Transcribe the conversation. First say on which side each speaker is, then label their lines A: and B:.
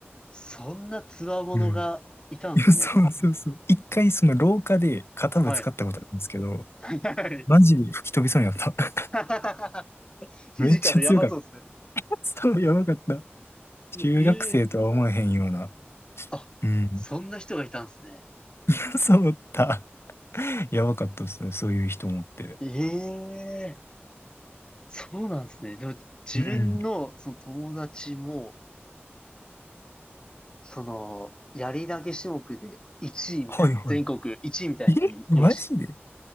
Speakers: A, on the left; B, on the left.
A: そんな強者がいたんですね。
B: うん。いや、そうそうそう。一回その廊下で肩ぶつかったことあるんですけど、
A: はい。はい。
B: マジで吹き飛びそうになった。<laughs>
A: <laughs> フィジカルやばそうですね。
B: めっちゃ強かった。そう、やばかった。中学生とは思えへんような。
A: ええあ、
B: うん。
A: そんな人がいたんですね。
B: <laughs> そうだった。やばかったですね。そういう人もって。
A: ええそうなんですね。でも、自分の、
B: うん。
A: その友達も、その、やり投げ種目で1位みたいな、
B: はいは
A: 全国1位みたいな人い、
B: い。え、マジで
A: いました。